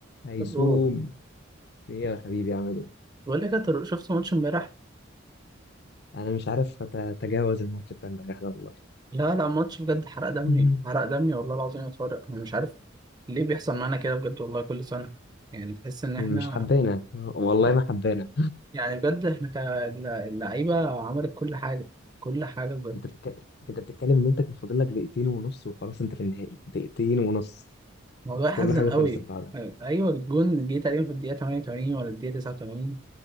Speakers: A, on the left; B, on the right.
A: هيسوم
B: رو-
A: ايه يا حبيبي عامل ايه
B: بقول لك يا طارق شفت ماتش امبارح
A: انا مش عارف أت- اتجاوز الماتش بتاع امبارح ده والله
B: لا لا ماتش بجد حرق دمي
A: مم.
B: حرق دمي والله العظيم يا طارق انا مش عارف ليه بيحصل معانا كده بجد والله كل سنه يعني تحس ان احنا
A: مش حبانا والله
B: اه
A: ما حبانا
B: يعني بجد احنا كاللعيبه عملت كل حاجه كل حاجه بجد
A: انت بتك... انت بتتكلم ان انت كان فاضل لك دقيقتين ونص وخلاص انت في النهائي دقيقتين ونص
B: الموضوع يحزن
A: كل حاجه
B: قوي
A: خلصت بعدها
B: آه، ايوه الجون جه تقريبا في الدقيقه 88 ولا الدقيقه 89